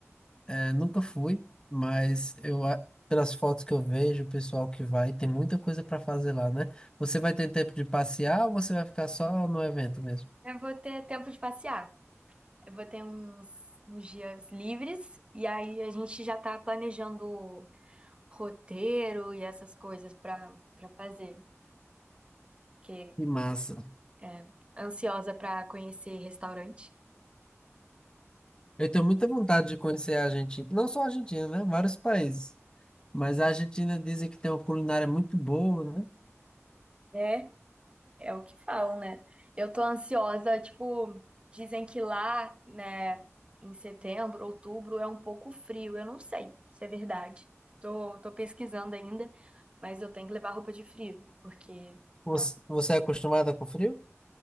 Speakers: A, on the left; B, on the right.
A: é, nunca fui, mas eu, a- pelas fotos que eu vejo, o pessoal que vai, tem muita coisa para fazer lá, né? Você vai ter tempo de passear ou você vai ficar só no evento mesmo?
B: Eu vou ter tempo de passear. Eu vou ter uns, uns dias livres e aí a gente já tá planejando roteiro e essas coisas pra para fazer, porque
A: Que massa.
B: é ansiosa pra conhecer restaurante.
A: Eu tenho muita vontade de conhecer a Argentina, não só a Argentina, né? Vários países. Mas a Argentina dizem que tem uma culinária muito boa, né?
B: É, é o que falam, né? Eu tô ansiosa, tipo, dizem que lá, né, em setembro, outubro é um pouco frio. Eu não sei se é verdade. Tô, tô pesquisando ainda, mas eu tenho que levar roupa de frio, porque
A: Você
B: não.
A: você é acostumada com frio?